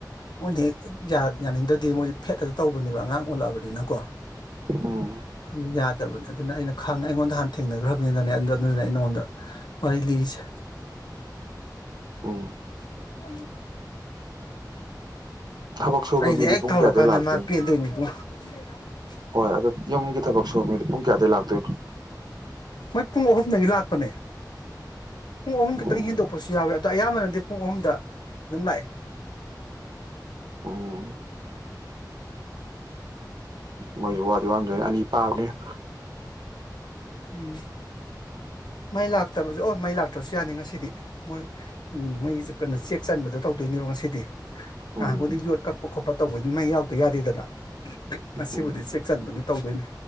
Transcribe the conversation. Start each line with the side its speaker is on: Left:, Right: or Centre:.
Left: ꯃꯣꯏꯗꯤ ꯍꯦꯛ ꯌꯥꯅꯤꯡꯗ꯭ꯔꯗꯤ ꯃꯣꯏ ꯐꯦꯠ ꯍꯦꯛꯇ ꯇꯧꯕꯅꯦꯕ ꯑꯉꯥꯡ ꯑꯣꯜꯂꯛꯑꯕꯅꯤꯅꯀꯣ
Right: ꯎꯝ
Left: ꯑꯗꯨ ꯌꯥꯗꯕꯅꯦ ꯑꯗꯨꯅ ꯑꯩꯅ ꯈꯥꯡ ꯑꯩꯉꯣꯟꯗ ꯍꯥꯟꯅ ꯊꯦꯡꯅꯈ꯭ꯔꯕꯅꯤꯅꯅꯦ ꯑꯗꯨ ꯑꯗꯨꯅꯤꯅ ꯑꯩꯅ ꯅꯪꯉꯣꯟꯗ ꯋꯥꯔꯤ ꯂꯤꯔꯤꯁꯦ
Right: ꯎꯝ
Left: <unintelligible>
Right: ꯊꯕꯛ ꯁꯨꯕ
Left: ꯑꯩꯅ
Right: ꯃꯤꯗꯤ
Left: ꯍꯦꯛ
Right: ꯄꯨꯡ
Left: ꯇꯧꯔ
Right: ꯀꯌꯥꯗꯩ
Left: ꯀꯥꯟꯗ
Right: ꯂꯥꯛꯇꯣꯏꯅꯣ
Left: ꯃꯥ ꯄꯦꯟꯗꯣꯏꯅꯦ ꯏꯕꯨꯡꯉꯣ <unintelligible>
Right: ꯍꯣꯏ ꯑꯗꯨ ꯌꯨꯝꯒꯤ ꯊꯕꯛ ꯁꯨꯉꯗ ꯄꯨꯡ ꯀꯌꯥꯗꯩ ꯂꯥꯛꯇꯣꯏꯅꯣ
Left: ꯃꯣꯏ ꯄꯨꯡ ꯑꯍꯨꯝꯗꯒꯤ ꯂꯥꯛꯄꯅꯦ ꯄꯨꯡ ꯑꯍꯨꯝ ꯈꯤꯇꯪ
Right: ꯎꯝ
Left: ꯍꯦꯟꯗꯣꯛꯄꯁꯨ ꯌꯥꯎꯋꯤ ꯑꯗꯣ ꯑꯌꯥꯝꯕꯅꯗꯤ ꯄꯨꯡ ꯑꯍꯨꯝꯗ ꯑꯗꯨꯝ ꯂꯥꯛꯑꯦ
Right: ꯎꯝ ꯃꯣꯏꯁꯨ ꯋꯥꯗꯤ ꯋꯥꯝꯗꯣꯏꯅꯦ ꯑꯅꯤ ꯄꯥꯕꯅꯤꯅ
Left: ꯎꯝ ꯃꯩ ꯂꯥꯛ ꯑꯣ ꯃꯩ ꯂꯥꯛꯇ꯭ꯔꯁꯨ ꯌꯥꯅꯤ ꯉꯁꯤꯗꯤ ꯃꯣꯏ ꯃꯣꯏ ꯀꯩꯅꯣ ꯆꯦꯛ ꯆꯟꯕꯗꯣ ꯇꯧꯗꯣꯏꯅꯦꯕ ꯉꯁꯤꯗꯤ ꯅꯍꯥꯟꯕꯨꯗꯤ
Right: ꯎꯝ
Left: ꯌꯣꯠ ꯀꯛꯄ ꯈꯣꯠꯄ ꯇꯧꯕꯩꯗꯤ ꯃꯩ ꯌꯥꯎꯗ ꯌꯥꯗꯦꯗꯅ ꯉꯁꯤꯕꯨꯗꯤ
Right: ꯎꯝ
Left: ꯆꯦꯛ ꯆꯟꯕꯒꯤ ꯇꯧꯗꯣꯏꯅꯤ